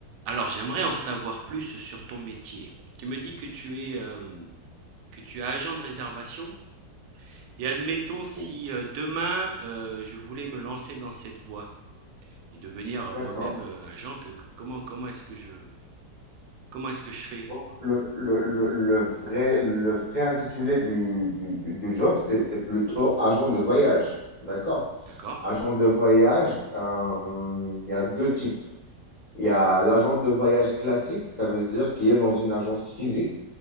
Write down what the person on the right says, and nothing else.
Alors, j'aimerais en savoir plus sur ton métier. Tu me dis que tu es, hem, que tu es agent de réservation et admettons si,
heu, demain, heu, je voulais me lancer dans cette voie et devenir, heu,
moi-même, heu, agent, que que comment comment est-ce que je comment est-ce que je fais?
D'accord.